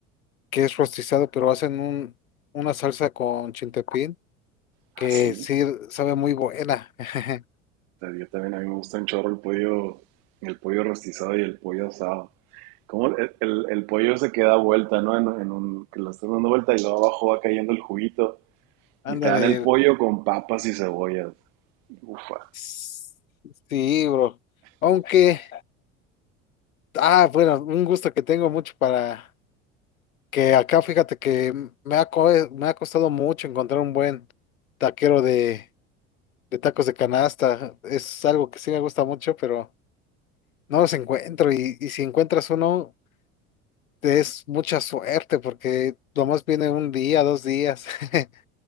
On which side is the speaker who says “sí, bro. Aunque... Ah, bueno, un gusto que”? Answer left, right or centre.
Left